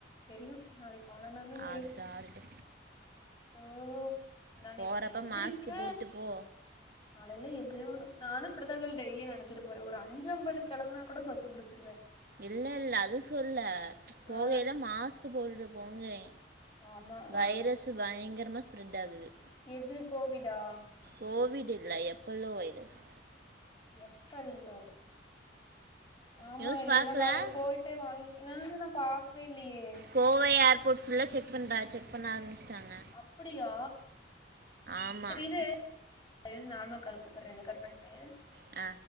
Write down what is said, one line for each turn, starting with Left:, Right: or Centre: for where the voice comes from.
Left: தெரியு நாளைக்கு போனனாந்தா தெரியு
Right: ஆடுட்டு ஆடுட்டு
Left: சோ நா நேத்து
Right: போகிறப்ப
Left: எந்திரிக்கிற
Right: மாஸ்க் போட்டு போ
Left: நாளைல எப்டியோண்ணு நானு இப்டித்தா கயல் டெய்லி நெனச்சிட்டு போற ஒரு அஞ்சஐம்பதுக் கெளம்புனா கூட பஸ் அ புடிச்சிருவே
Right: இல்ல இல்ல அது சொல்ல போகையில
Left: ஆ
Right: மாஸ்க் போட்டுட்டு போங்கறே
Left: ஆமா
Right: வைரஸ்ஸு
Left: ஆ
Right: பயங்கரமா ஸ்பிரெட் ஆகுது
Left: எது கோவிடா
Right: கோவிட் இல்ல எப்பல்லோ வைரஸ்
Left: எஃப் எல் லோ ஆமா
Right: நியூஸ்
Left: இல்லைன்னா
Right: பார்க்கல
Left: நாளைக்கு போயிட்டு வாங்கிக்கின நா பாக்கவே இல்லையே
Right: கோவை ஏர்போர்ட் ஃபுல்லா செக் பண்ற செக் பண்ண ஆரம்மிச்சுட்டாங்க
Left: அப்படியா
Right: ஆமாம்
Left: சரி இரு இரு நார்மல் கால் கூப்புற இத கட் பண்ட்டு
Right: ஆ